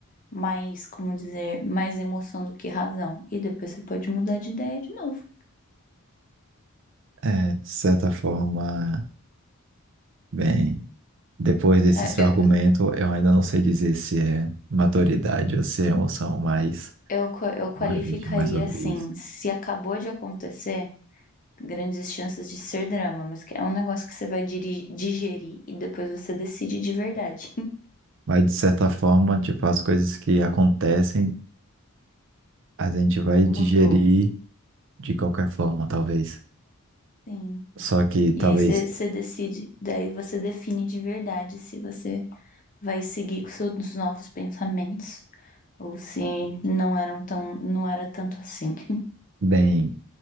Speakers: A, on the left; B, on the right.
A: mais, como dizer, mais emoção do que razão. E depois você pode mudar de ideia de novo.
B: É, de certa forma, bem, depois desse
A: É,
B: seu
A: eu,
B: argumento, eu ainda não sei dizer se é maturidade ou se é emoção, mas
A: eu, qua- eu qualificaria
B: vou refletir mais sobre
A: assim,
B: isso.
A: se acabou de acontecer, grandes chances de ser drama, mas que é um negócio que você vai diri- digerir e depois você decide de verdade. <laughs>
B: Mas de certa forma, tipo, as coisas que acontecem, a gente vai digerir
A: Mudou.
B: de qualquer forma, talvez.
A: Sim.
B: Só que talvez,
A: E aí você você decide, daí você define de verdade se você vai seguir com seus novos pensamentos ou se não eram tão, não era tanto assim. <laughs>
B: bem,